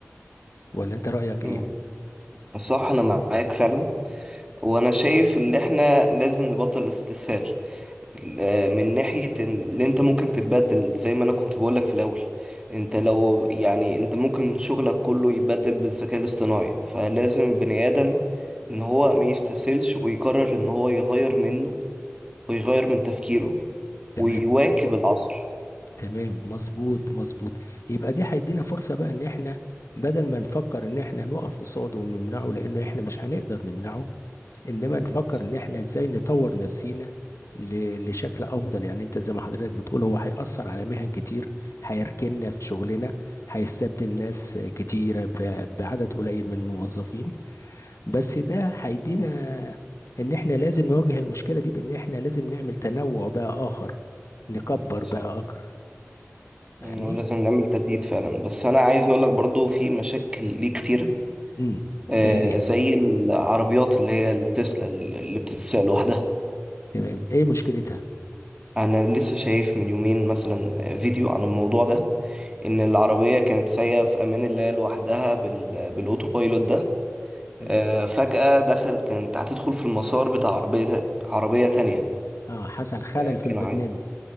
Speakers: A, on the left; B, on the right.
A: ولا انت رأيك
B: مم.
A: ايه
B: صح انا معاك فعلا وانا شايف ان احنا لازم نبطل استسهال ال- آه، من ناحية إن- اللي انت ممكن تتبدل زي ما انا كنت بقولك في الاول انت لو يعني انت ممكن شغلك كله يتبدل بالذكاء الاصطناعي فلازم البني ادم ان هو ما يستسهلش ويقرر ان هو يغير منه ويغير من تفكيره
A: تمام
B: ويواكب العصر
A: تمام مظبوط مظبوط يبقى دي هيدينا فرصة بقى ان احنا بدل ما نفكر ان احنا نقف قصاده ونمنعه لان احنا مش هنقدر نمنعه انما نفكر
B: صح
A: ان احنا ازاي نطور نفسينا ل- لشكل افضل يعني انت زي ما حضرتك بتقول هو هيأثر على مهن كتير هيركننا في شغلنا هيستبدل ناس كتيرة ب- بعدد قليل من الموظفين بس ده هيدينا ان احنا لازم نواجه المشكلة دي بان احنا لازم نعمل تنوع بقى اخر نكبر
B: صح.
A: بقى اكتر فاهمني
B: انه لازم نعمل تجديد فعلا بس انا عايز اقول لك برضو في مشاكل ليه كتيرة
A: امم
B: آه
A: ايه هي
B: زي العربيات اللي هي التسلا اللي بتتساق لوحدها
A: تمام ايه مشكلتها
B: انا لسه شايف من يومين مثلا فيديو عن الموضوع ده ان العربية كانت سايقة في امان الله لوحدها بال... بالاوتو بايلوت ده
A: امم
B: آه فجأة دخل كانت هتدخل في المسار بتاع عربية عربية تانية
A: اه حصل خلل
B: آه،
A: في البرنامج
B: كان عادي